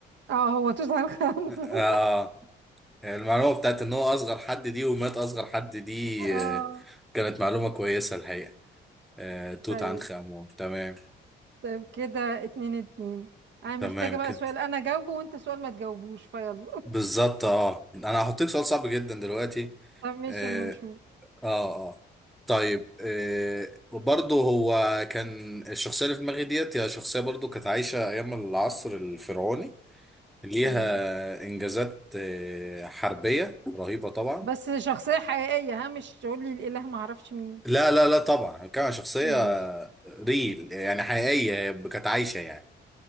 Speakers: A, on the right; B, in the centre.
A: اه هو توت عنخ آمون
B: <laughs> اه المعلومة بتاعت ان هو اصغر حد دي ومات اصغر حد دي
A: <laughs> اه
B: آه، كانت معلومة كويسة الحقيقة آه، توت
A: طيب
B: عنخ امون تمام
A: طيب كده اتنين اتنين انا محتاجة
B: تمام
A: بقى
B: كده
A: سؤال انا جاوبه وانت سؤال ما تجاوبوش فيلا <laughs>
B: بالظبط اه انا هحطيك سؤال صعب جدا دلوقتي
A: طب ماشي
B: اه
A: اما نشوف
B: اه آه. طيب آه برضه هو كان الشخصية اللي في دماغي ديت هي شخصية برضه كانت عايشة ايام العصر الفرعوني ليها
A: تمام
B: انجازات آه، حربية رهيبة طبعا
A: بس شخصية حقيقية ها مش تقول لي الاله ما اعرفش مين
B: لا لا لا طبعا كان شخصية
A: ماشي
B: ريل يعني حقيقية كانت عايشة يعني